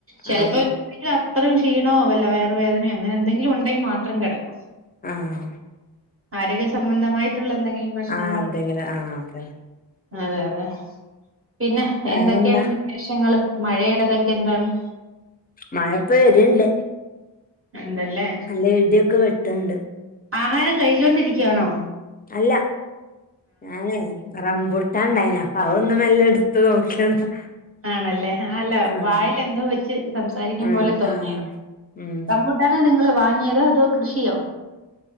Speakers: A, on the right; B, on the left.
A: ചിലപ്പോ
B: ആഹ്
A: എന്തെ അത്രയും ക്ഷീണമോ വല്ല വയറുവേദനയോ അങ്ങനെ എന്തെങ്കിലും ഉണ്ടെങ്കിൽ മാത്രം കിടക്കും.
B: ആഹ്
A: ആരോഗ്യ സംബന്ധമായിട്ടുള്ള എന്തെങ്കിലും പ്രശ്നങ്ങളോ
B: ആഹ് എന്തെങ്കിലും ആ അതന്നെ.
A: അതെ അതെ പിന്നെ
B: വേറെന്താ
A: എന്തൊക്കെയാണ് വിശേഷങ്ങള്? മഴയേടതൊക്കെ എന്താണ്?
B: മഴ ഇപ്പ വരുണ്ട്.
A: ഉണ്ടല്ലേ
B: നല്ല ഇടിയൊക്കെ വെട്ടണുണ്ട്.
A: ആഹാരം കഴിച്ചൊണ്ടിരിക്കയാണോ?
B: അല്ല ഞാനേ റംമ്പൂട്ടാണ്ടായിനേ അപ്പഅതൊന്നു മെല്ല എടു ത്തു നോക്കിയതാ.
A: ആണല്ലേ ആ അല്ല
B: ആഹ്
A: വായിൽ എന്തോ വെച്ച് സംസാരിക്കും
B: ആഹ്
A: പോലെ തോന്നിയതാ.
B: ആഹ് ഉം
A: റംബൂട്ടാൻ നിങ്ങൾ വാങ്ങിയതോ? അതോ കൃഷിയോ?